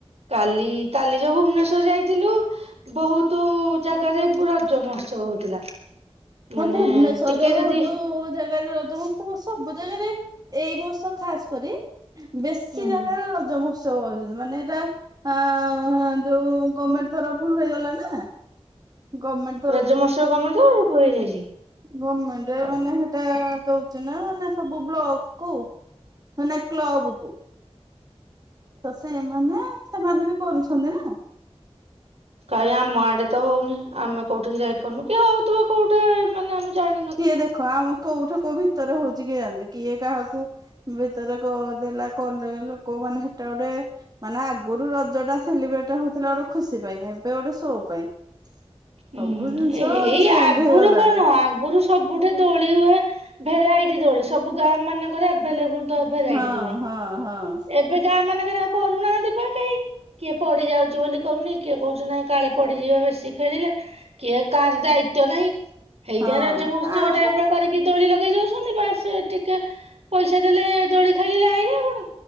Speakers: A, on the right; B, on the right.
A: କାଲି କାଲି ଯୋଉ ଭୁବନେଶ୍ଵର ଯାଇଥିଲୁ ବହୁତ ଜାଗାରେ ରଜ ମହୋତ୍ସବ ହଉଥିଲା
B: ହଁ
A: ମାନେ
B: ଭୁବନେଶ୍ଵରରେ
A: ଟିକେ
B: ବହୁତ
A: ଯଦି
B: ଜାଗାରେ ର ସମସ୍ତେ ସବୁ ଜାଗାରେ ଏଇ ବର୍ଷ ଖାସ କରି ବେଶୀ
A: ହୁଁ
B: ଜାଗାରେ ରଜ ମହୋତ୍ସବ ହଉଛନ୍ତି ମାନେ ଏଇଟା ଆ ଯୋଉ ଗଭମେଣ୍ଟ ତରଫରୁ ହେଇଗଲା ନା ଗଭର୍ଣମେଣ୍ଟ
A: ରଜ ମହୋତ୍ସବ ତ <unintelligible> ହେଇଯାଇଛି
B: ଗମେଣ୍ଟରେ ମାନେ ସେଟା ଦଉଛି ନା ମେ ସବୁ ବ୍ଲକ୍ କୁ ମାନେ କ୍ଲୋବ କୁ ତ ସେ ଏମାନେ ସେମାନେ ବି କରୁଛନ୍ତି ନା
A: ଭାଇ ଆମ ଆଡେ ତ ହଉନି ଆମେ କୋଉଠିକି ଯାଇପାରୁନୁ କି ହଉଥିବ କୋଉଠି ମାନେ ଆମେ ଜାଣିନଥିବୁ।
B: କିଏ ଦେଖ ଆମ କୋଉଠୁ କ ଭିତ ଭିତରେ ହଉଛି କିଏ ଜା କିଏ କାହାକୁ ଭିତରେ ଦେଲା କ ଲୋକ ମାନେ ସେଟା ଗୋଟେ ମାନେ ଆଗରୁ ରଜ ଟା ସେଲିବ୍ରେଟ ହଉଥିଲା ଗୋଟେ ଖୁସି ପାଇଁ ଏବେ ଗୋଟେ ସୋ ପାଇଁ
A: ହୁଁ
B: ସବୁ ଜିନିଷ
A: ଏଇ
B: ଚେଞ୍ଜ
A: ଆଗରୁ
B: ହେଇଗଲାଣି
A: କଣ ଆଗରୁ ସବୁଠେ ଦୋଳି ହୁଏ ଭେରାଇଟି ଦୋଳି ସବୁ ଗାଁ ମାନଙ୍କରେ ଆଭେଲେବୁଲ ଭେରାଇଟି
B: ହଁ
A: ଦୋଳି
B: ହଁ ହଁ
A: ଏବେ ଗାଁ ମାନେ ଆଉ କରୁନା <unintelligible> ପଡି ଯାଉଛି ବୋଲି କରୁନି କିଏ କହୁଛି ନାଇଁ କାଳେ ପଡିଯିବ ବେଶୀ ଖେଳିଲେ କିଏ କାହାର ଦାୟିତ୍ବ ନାହିଁ ଏଇଟା
B: ହଁ
A: ରଜ ମହୋତ୍ସବ
B: ଆଉ
A: ଟାଇପ ର କରିକି ଦୋଳିି ଲଗା ପଗେଇ ଦଉଛନ୍ତି ବାସ ଟିକେ ପଇସା ଦେଲେ ଦୋଡି ଖେଳିଲେ ଆଇିଲେ କଣ